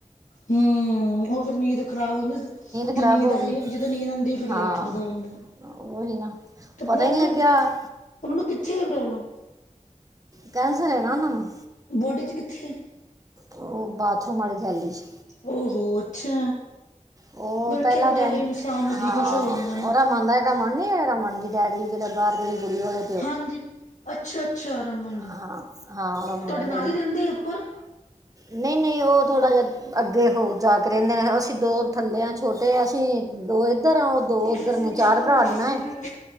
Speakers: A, on the left; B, on the right.
A: ਹੂੰ, ਉਹ ਫਿਰ ਨੀਂਦ ਖ਼ਰਾਬ ਹੋਈ ਜਦੋਂ
B: ਖਰਾਬ
A: ਨੀਂਦ
B: ਹੋ
A: ਆਈ,
B: ਗਈ
A: ਜਦੋਂ ਨੀਂਦ ਆਦੀ ਫਿਰ
B: ਹਾਂ
A: ਲੇਟ ਉੱਡਦਾ ਬੰਦਾ
B: ਉਹੀ ਨਾ
A: ਤੇ
B: ਪਤਾ
A: ਪ੍ਰੋਬਲਮ
B: ਹੀ ਨਹੀਂ ਲੱਗਿਆ।
A: ਉਹਨਾਂ ਨੂੰ ਕਿੱਥੇ ਹੈ, ਪ੍ਰੋਬਲਮ?
B: ਕੈਂਸਲ ਨਾ ਉਹਨਾਂ ਨੂੰ
A: ਬੋਡੀ ਚ ਕਿੱਥੇ,
B: ਉਹ ਬਾਥਰੂਮ ਵਾਲੀ ਥੇਲੀ ਚ
A: ਹੋੋ ਅੱਛਾ,
B: ਉਹ
A: ਬੈਠੇ
B: ਪਹਿਲਾਂ
A: ਬਿਠਾਏ
B: ਤੇ
A: ਇਨਸਾਨ ਨੂੰ
B: ਹਾਂ,
A: ਕੀ ਕੁਛ ਹੋ ਜਾਂਦਾ ਨਾ
B: ਉਹਦਾ ਮੰਨਦਾ। ਰਮਨ ਨੀ ਐ ਰਮਨ ਦਾ ਡੈਡੀ ਜਿਹੜਾ ਬਾਹਰ, <unintelligible>
A: ਹਾਂਜੀ ਅੱਛਾ-ਅੱਛਾ ਰਮਨ ਦਾ
B: ਹਾਂ ਹਾਂ ਰਮਨ
A: ਤੁਹਾਡੇ
B: ਦਾ
A: ਨਾਲ
B: ਡੈਡੀ
A: ਹੀ ਰਹਿੰਦੇ ਉੱਪਰ
B: ਨਹੀਂ, ਨਹੀਂ ਉਹ ਥੋੜ੍ਹਾ ਜਿਹਾ ਅੱਗੇ ਹੋ ਜਾ ਕੇ, ਰਹਿੰਦੇ ਅਸੀਂ ਦੋ ਥੱਲੇ ਹਾਂ ਛੋਟੇ ਅਸੀਂ। ਦੋ ਇੱਧਰ ਆ ਉਹ ਦੋ
A: ਜੀਕੇ
B: ਉੱਧਰ
A: ਸੈਂਟਰ
B: ਨੇ ਚਾਰ
A: ਨੂੰ
B: ਭਰਾ
A: ਵਾਲੀ
B: ਨੇ
A: ਸੀ
B: ਨਾ,
A: ਨਾਲ ਗੱਲ